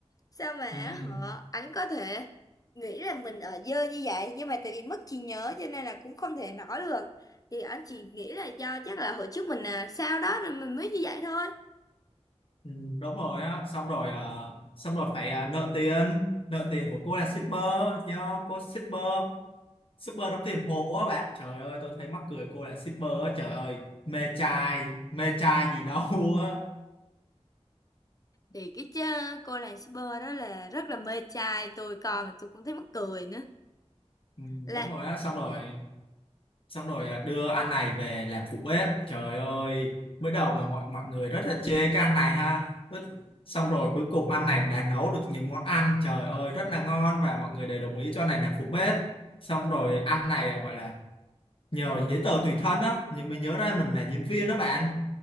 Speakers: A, on the left; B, on the left.
A: Sao mà
B: ừ,
A: họ ảnh có thể nghĩ là mình ở dơ như vậy nhưng mà tại vì mất trí nhớ cho nên là cũng không thể nói được. Thì ảnh chỉ nghĩ là do chắc là hồi trước mình là sao đó nên mình mới như vậy thôi.
B: ừ, đúng rồi á xong rồi ờ, xong rồi phải ờ, nợ tiền nợ tiền của cô là shipper do cô shipper shipper đóng tiền hộ á bạn trời ơi tôi thấy mắc cười cô là shipper á trời ơi mê trai mê trai gì đâu <laughs> á
A: Thì cái chơ, cô làng shipper đó là rất là mê trai, tôi coi mà tôi cũng thấy mắc cười nữa.
B: ừ,
A: Là
B: đúng rồi á xong rồi xong rồi à, đưa ăn này về làm phụ bếp trời ơi mới đầu mà mọi mọi người rất là chê cái ăn này ha Rất- xong rồi cuối cùng ăn này đã nấu được những món ăn trời ơi rất là ngon và mọi người đều đồng ý cho này làm phụ bếp xong rồi ăn này à, gọi là nhờ giấy tờ tùy thân á nhưng mình nhớ ra mình là diễn viên đó bạn